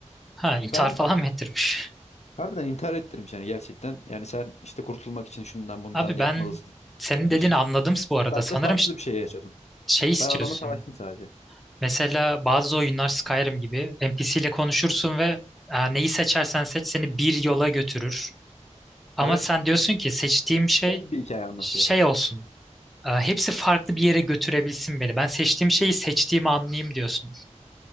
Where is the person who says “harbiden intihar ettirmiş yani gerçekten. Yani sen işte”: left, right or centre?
Left